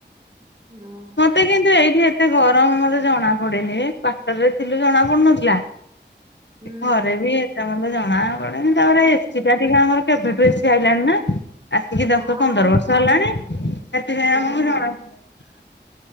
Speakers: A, on the right; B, on the left.
A: ହଁ।
B: ମତେ କିନ୍ତୁ ଏଇଠି ଏତେ ଗରମ ମତେ ଜଣା ପଡେନି କ୍ଵଟର ରେ ଥିଲୁ ଜଣା ପଡୁନଥିଲା।
A: ହୁଁ
B: ଘରେ ବି ଏତେ ମ ଜଣା ପଡେନି ତାପରେ ଏସିଟା ଟିକେ ଆମର କେବେଠୁ ଏସି ଆଇଲାଣି ନା। ଆସିକି ଦଶ,
A: ହଁ
B: ପନ୍ଦର ବର୍ଷ ହେଲାଣି! ସେତିପାଇଁ
A: ହଁ।
B: ଆମକୁ ଜଣାପଡେ।